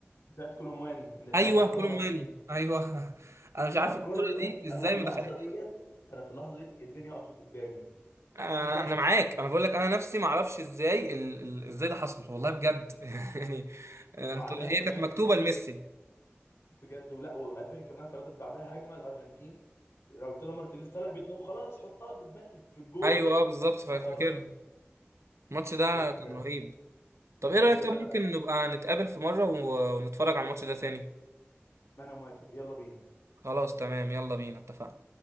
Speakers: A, on the left; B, on the right.
A: بتاعت كولومواني اللي,
B: ايوه
A: اللي صدها
B: كولو
A: مرتين
B: مواني ايوه <laughs> انا مش عارف
A: انا الكرة
B: الكوره
A: دي
B: دي
A: انا
B: ازاي
A: أنا في اللحظة
B: ما دخلتش
A: ديت انا في اللحظة دي الدنيا وقفت قدامي
B: آه،
A: ايه ده
B: انا معاك انا بقول لك انا نفسي ما اعرفش ازاي ال... ال... ازاي ده حصل والله بجد <laughs> يعني آه،
A: وبعدها
B: انت هي
A: كمان
B: كانت مكتوبه لميسي
A: بجد ولا وانا فاكر كمان انا اترددت بعدها هجمة الارجنتين راوتيلو مارتينيز طالع بدماغه خلاص حطها بدماغك في الجون
B: ايوه اه بالظبط فا-
A: طلع بره
B: فاكرها الماتش ده
A: بجد
B: كان رهيب طب
A: بجد
B: ايه رايك طب ممكن
A: انا انا
B: نبقى نتقابل في مره و... ونتفرج على الماتش ده ثاني
A: ما انا موافق يلا بينا
B: خلاص تمام يلا بينا اتفقنا